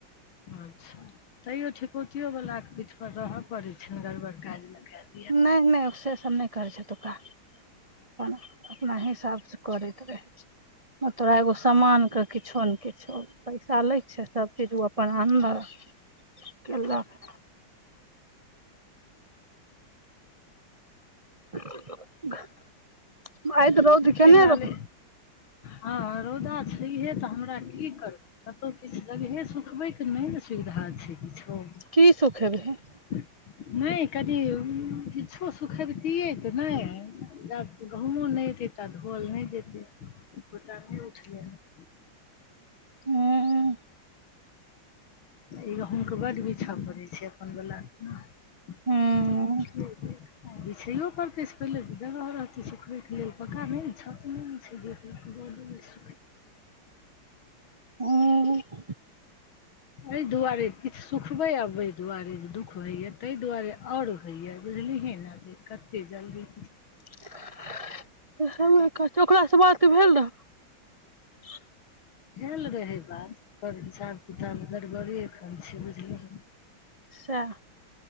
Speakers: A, on the left (about 80°); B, on the right (about 35°).
A: अच्छा तैयो ठिकौतियो वला के पीठ पर तऽ रहय पड़ैत छै ने गड़बड़ काज नहि कऽ दै
B: नहि नहि से सब नहि करै छै ऐतौका अपन अपना हिसाबसँ करैत रहै छै तोरा एगो सामान के किछो ने किछो पैसा लै छै सभचीज ओ अपन आनलक केलक <unintelligible> आइ तऽ रौद
A: नीक
B: केने
A: लाले
B: रहौ
A: हँ रौदा छैहे तऽ हमरा की करबै कतहु किछु जगहे सुखबैके नहि ने सुविधा छै किछो
B: की सुखै बीहीं
A: नहि कनि किछो सुखबतियै तऽ नहि जब गहुँमो नहि एै ता धोअल नहि जेते ई कोटा नहि उठले हँ
B: हूँ
A: ई गहूमके बड बिछय पड़ै छै अपन बलाके
B: हूँ
A: <unintelligible> बिछैयो पड़तै से पहिले जगह रहतै सुखय के लेल पका नहि ने छौ ब
B: <inaudible>
A: <unintelligible>
B: ह
A: एहि दुआरे किछु सुखबे अबहि दुआरे जे दुःख होइया तहि दुआरे आओर होइया बुझलिहै ने जे कते जल्दी
B: <unintelligible> <inaudible>
A: भेल रहै बात ओकर हिसाब किताब गड़बड़े एखन छी बुझलिय
B: सॅं